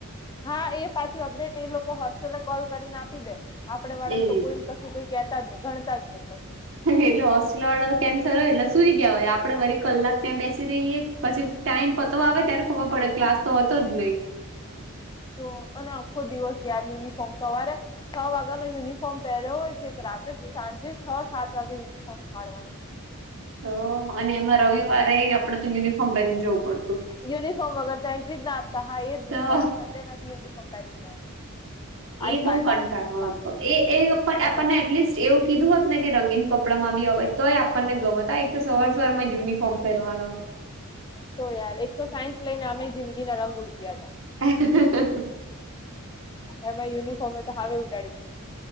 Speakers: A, on the left; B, on the right.
A: હા એ પાછી અપડેટ એ લોકો હોસ્ટેલે કોલ કરીને આપી દે આપડે વાળા
B: એજ
A: ને તો કોઈ. કશું કઈ કેતા જ નહી ગણતા જ નહી કશું.
B: એટલે હોસ્પિટલ વાળા તો કેન્સર હોય એટલે સુઈ ગયા હોય આપડે વરી કલાક ત્યાં બેસી રહીએ પછી ટાઈમ પ. તો આવે ત્યારે ખબર પડે ક્લાસ તો હતો જ નહી.
A: તો અને આખો દિવસ યાર યુનિફોર્મ સવારે. છ વાગ્યા નો યુનિફોર્મ પહેર્યો હોય છે કે રાતે સાંજે છ સાત વાગે. પાડવાનું.
B: તો અને એમાં રવિવારે આપડે તો યુનિફોર્મ પહેરીને જવું પડ.
A: યુનિફોર્મ વગર તો એન્ટ્રીજ ના આપતા હા એજ
B: તો
A: ને સડે નાી યુનિફોર્મ પહેરી જવાનું. આઈ
B: એ બહુ
A: કાર્ડ
B: કંઠાળો
A: રાખવાનું સાથે.
B: હતો એ
A: અરે
B: આપણને
A: યાર
B: એટલીસ્ટ એવું. કીધું હોત ને કે રંગીન કપડા માં બી હય તો એ આપણને ગમતા એક તો સવાર સવાર માં યુનિફોર્મ પહેરવાનો.
A: તો યાર એક તો સાયન્સ લઈને અમે જિંદગી ના રંગ ઉડી ગયા હતા.
B: હ. <inaudible>
A: એમાં યુનિફોર્મે એ તો હાવે ઉડાડી દીધા.